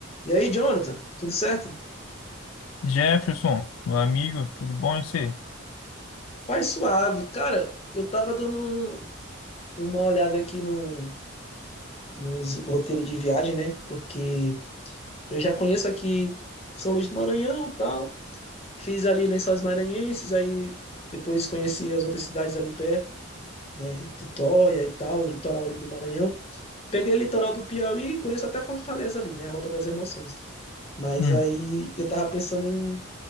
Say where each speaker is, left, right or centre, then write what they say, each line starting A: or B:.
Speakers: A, on the left (about 30°); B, on the left (about 75°).
A: E aí, Jonathan, tudo certo?
B: Jefferson, meu amigo, tudo bom em você?
A: Pai suave. Cara, eu tava dando um- uma olhada aqui no, nos roteiros de viagem, né? Porque eu já conheço aqui São Luís do Maranhão e tal. Fiz ali Lençóis Maranhenses, aí depois conheci as outras cidades ali perto, né? Tutóia e tal, o litoral ali do Maranhão. Peguei o litoral do Piauí, conheço até Fortaleza ali, né? A Rota das Emoções. Mas
B: Hum.
A: aí eu tava pensando em,